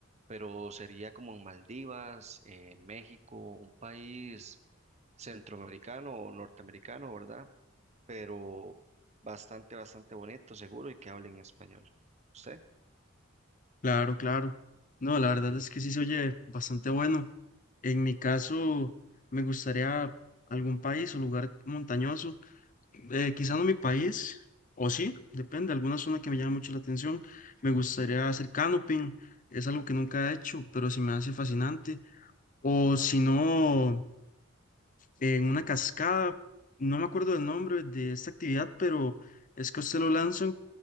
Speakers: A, on the right; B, on the left.
A: pero sería como en Maldivas, eh, México, un país centroamericano o norteamericano, ¿verdad? Pero bastante, bastante bonito, seguro, y que hablen español. ¿Usted?
B: Claro, claro. No, la verdad es que sí se oye bastante bueno. En mi caso, me gustaría algún país o lugar montañoso. Eh, quizá no mi país, o sí, depende, alguna zona que me llame mucho la atención. Me gustaría hacer canoping, es algo que nunca he hecho, pero se me hace fascinante. O si no, en una cascada, no me acuerdo del nombre de esta actividad, pero es que a usted lo lanzan,